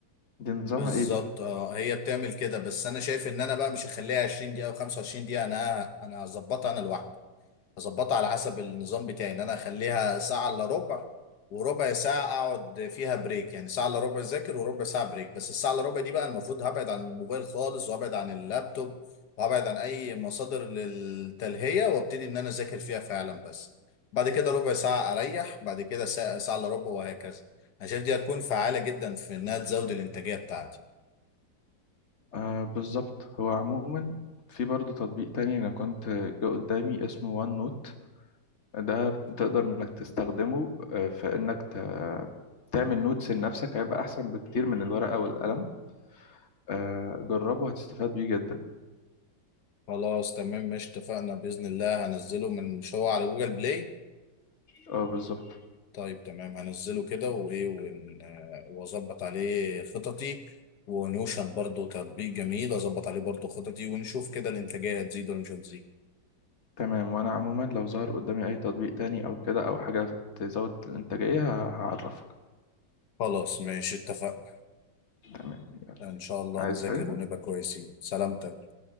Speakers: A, on the left; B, on the left.
A: دي نظامها
B: بالظبط
A: إيه دي؟
B: اه هي بتعمل كده بس أنا شايف إن أنا بقى مش هخليها 20 دقيقة أو 25 دقيقة أنا أنا هظبطها أنا لوحدي هظبطها على حسب النظام بتاعي ان انا اخليها ساعة الا ربع وربع ساعة اقعد فيها بريك يعني ساعة الا ربع اذاكر وربع ساعة بريك بس الساعة الا ربع دي بقى المفروض هبعد عن الموبايل خالص وابعد عن اللابتوب وابعد عن اي مصادر للتلهية وابتدي ان انا اذاكر فيها فعلا بس بعد كده ربع ساعة اريح بعد كده ساعة ساعة الا ربع وهكذا انا شايف دي هتكون فعالة جدا في انها تزود الانتاجية بتاعتي
A: آه بالظبط هو عموما في برضه تطبيق تاني أنا كنت جه قدامي اسمه وان نوت ده تقدر إنك تستخدمه آه، في إنك ت- تعمل نوتس لنفسك هيبقى أحسن بكتير من الورقة والقلم آه جربه هتستفاد بيه جدا
B: خلاص تمام مش اتفقنا بإذن الله هنزله من مش هو على جوجل بلاي
A: اه بالظبط
B: طيب تمام هنزله كده وايه ون- آه، واظبط عليه خططي ونوشن برضو تطبيق جميل اظبط عليه برضو خططي ونشوف كده الانتاجية هتزيد ولا مش هتزيد
A: تمام وانا عموما لو ظهر قدامي اي تطبيق تاني او كده او حاجة تزود الانتاجية ه- هعرفك
B: خلاص ماشي اتفقنا
A: تمام
B: ان شاء الله
A: عايز
B: نذاكر
A: حاجة
B: ونبقى كويسين سلامتك